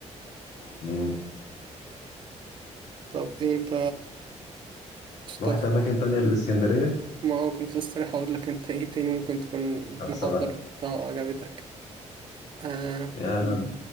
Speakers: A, on the left; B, on the right.
A: مم.
B: طب ايه انت تشتغل
A: رحت اماكن تانية غير اسكندرية
B: ما هو كنت لسه رايح اقول لك انت ايه تاني ممكن تكون
A: لا
B: محافظة
A: سواء
B: رحتها وعجبتك آه
A: يعني انا